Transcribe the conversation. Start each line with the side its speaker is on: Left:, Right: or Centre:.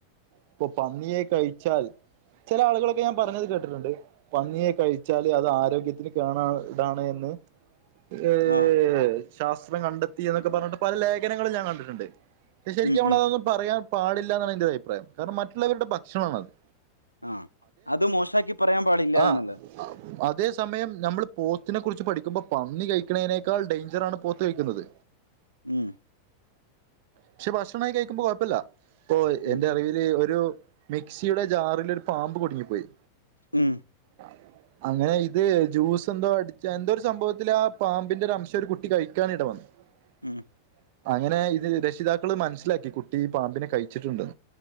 Right: ഇപ്പൊ പന്നിയെ കഴിച്ചാൽ ചില ആളുകളൊക്കെ ഞാൻ പറഞ്ഞത് കേട്ടിട്ടുണ്ട് പന്നിയെ കഴി വച്ചാല് അത് ആരോഗ്യത്തിന് കേണാ കേടാണ് എന്ന് ഏഹ്
Left: ആഹ്
Right: ശാസ്ത്രം കണ്ടെത്തി എന്നൊക്കെ പറഞ്ഞിട്ട് പല ലേഖനങ്ങളും ഞാൻ കണ്ടിട്ടുണ്ട് ശരിക്കും
Left: ഉം
Right: നമ്മളെത്
Left: ഉം
Right: പറയാൻ പാടില്ലാന്നാണ് എന്റെ അഭിപ്രായം കാരണം മറ്റുള്ളവരുടെ ഭക്ഷണം ആണത്
Left: ആഹ് അത് മോശാക്കി പറയാൻ പാടില്ല
Right: ആഹ്
Left: എന്നുള്ളത്
Right: അതേ സമയം ഞമ്മള് പോത്തിനെ കുറിച്ച് പഠിക്കുമ്പൊ പന്നി കഴിക്കണെനേക്കാൾ ഡേഞ്ചറാണ് പോത്ത് കഴിക്കുന്നത്.
Left: ഉം.
Right: പക്ഷെ ഭക്ഷണായി കഴിക്കുമ്പോ കൊഴപ്പല്ല. ഇപ്പൊ എന്റെ
Left: ഉം
Right: അറിവ്. തെ ഒരു മിക്സിയുടെ ജാറിലൊരു പാമ്പ് കുടുങ്ങിപ്പോയി.
Left: ഉം.
Right: ആഹ്. അങ്ങനെയിത് ജ്യൂസെന്തോ അടിച്ച എന്തോ ഒരു സംഭവത്തിൽ ആ പാമ്പിന്റെ ഒരു അംശം ഒരു കുട്ടി കഴിക്കാൻ ഇടവന്ന്. <unintelligible>
Left: മ്ഹ്.
Right: അങ്ങനെയിത് രക്ഷിതാക്കള് മനസ്സിലാക്കി കുട്ടി പാമ്പിനെ കഴിച്ചിട്ടുണ്ട്ന്ന്.